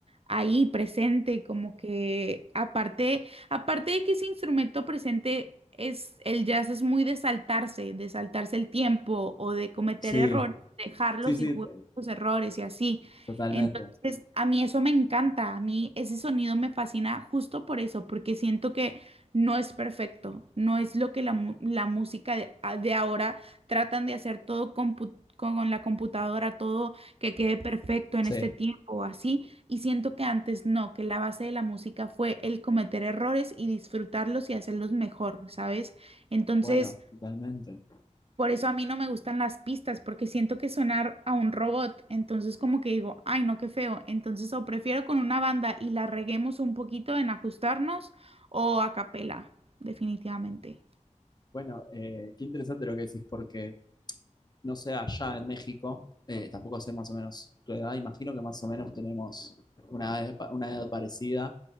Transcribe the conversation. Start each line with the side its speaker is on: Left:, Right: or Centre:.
Right: ahí presente, como que aparte, aparte de que ese instrumento presente es, el jazz es muy de saltarse, de saltarse el tiempo o de cometer
Left: Sí,
Right: errores, dejarlos
Left: sí, sí,
Right: y jugar con los errores y así.
Left: totalmente.
Right: Entonces, a mí eso me encanta, a mí ese sonido me fascina justo por eso, porque siento que no es perfecto, no es lo que la, mu- la música de de ahora Tratan de hacer todo compu- con con la computadora, todo que quede perfecto en
Left: Sí,
Right: este tiempo, así. Y siento que antes no, que la base de la música fue el cometer errores y disfrutarlos y hacerlos mejor, ¿sabes? Entonces,
Left: bueno, totalmente.
Right: por eso a mí no me gustan las pistas, porque siento que sonar a un robot, entonces como que digo, ay, no, qué feo. Entonces, o prefiero con una banda y la reguemos un poquito en ajustarnos o a capela, definitivamente.
Left: Bueno, eh, qué interesante lo que decís porque no sé allá en México, eh, tampoco sé más o menos tu edad, imagino que más o menos tenemos una edad, una edad parecida,